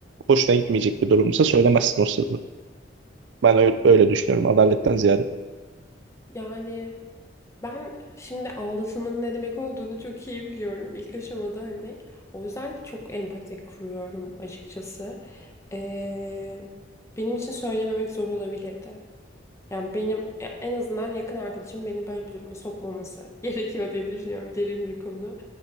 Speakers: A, on the right (about 70°); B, on the left (about 15°).
A: hoşuna gitmeyecek bir durumsa söylemezsin o sırrı. Ben öyle, öyle düşünüyorum adaletten ziyade.
B: yani Ben şimdi aldatılmanın ne demek olduğunu çok iyi biliyorum ilk aşamada hani. O yüzden çok empati kuruyorum açıkçası. Ee, benim için söylememek zor olabilirdi. Yani benim ya en azından yakın arkadaşım beni böyle bir duruma sokmaması <laughs> gerekiyor diye düşünüyorum. Derin bir konu.